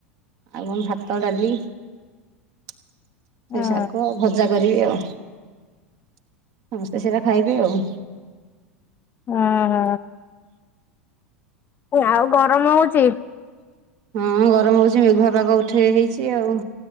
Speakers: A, on the right (about 45°); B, on the left (about 25°).
A: ଆ ଭାତ, ଡାଲି। ସେଇ
B: ହୁଁ
A: ସାଗ ଭଜା। କରିବେ ଆଉ ସମସ୍ତେ ସେଇଟା ଖାଇବେ ଆଉ।
B: ହୁଁ ହ। ଆଉ ଗରମ ହଉଚି।
A: ହଁ ଗରମ ହଉଛି ମେଘୁଆ ପାଖ ଉଠେଇ ହେଇଛି ଆଉ